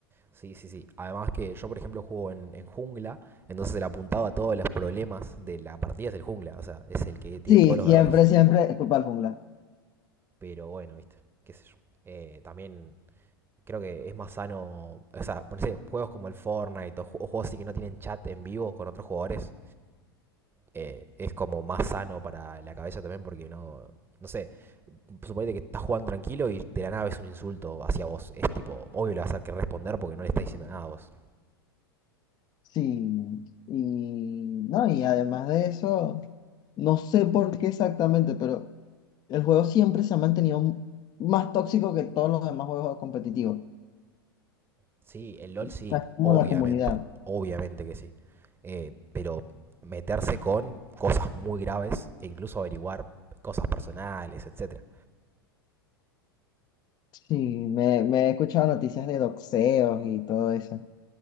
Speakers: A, on the right; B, on the left.
A: Sí, sí, sí. Además que yo, por ejemplo, juego en, en jungla, entonces el apuntado a todos los problemas de la partida es el jungla. O sea, es el que tiene
B: Sí,
A: todos los
B: siempre,
A: errores.
B: siempre es culpa del jungla.
A: Pero bueno, viste, qué sé yo. Eh, también creo que es más sano, o sea, no sé, juegos como el Fortnite o, o juegos así que no tienen chat en vivo con otros jugadores, eh, es como más sano para la cabeza también porque no, no sé, suponete que estás jugando tranquilo y de la nada es un insulto hacia vos, es tipo, obvio le vas a tener que responder porque no le estás diciendo nada a vos.
B: Sí, y no, y además de eso, no sé por qué exactamente, pero el juego siempre se ha mantenido m- más tóxico que todos los demás juegos competitivos.
A: Sí, el LOL
B: Está
A: sí,
B: como
A: obviamente,
B: la comunidad.
A: obviamente que sí, Eh, pero meterse con cosas muy graves e incluso averiguar cosas personales, etcétera.
B: Sí, me, me he escuchado noticias de doxeos y todo eso.